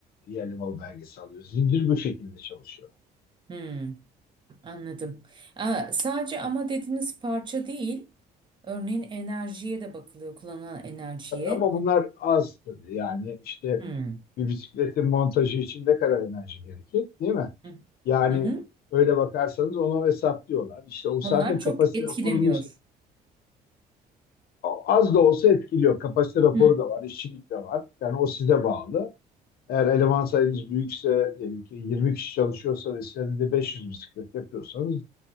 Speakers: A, on the left; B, on the right.
A: yerli malı belgesi alıyor. Zincir bu şekilde çalışıyor.
B: Hı. Hı. Anladım. Aa, sadece ama dediğiniz parça değil. Örneğin enerjiye de bakılıyor, kullanılan enerjiye.
A: Ama bunlar az tabii. Yani işte
B: Hmm.
A: bir bisikletin montajı için ne kadar enerji gerekir, değil mi?
B: Hı
A: Yani
B: hı. hı.
A: öyle bakarsanız onu hesaplıyorlar. İşte o zaten
B: Onlar
A: kapasite
B: çok etkilemiyor.
A: raporunu az da olsa etkiliyor. Kapasite raporu
B: Hmm. Hı
A: da var, işçilik de var. Yani o size bağlı. Eğer eleman sayınız büyükse, diyelim ki 20 kişi çalışıyorsa ve senede 500 bisiklet yapıyorsanız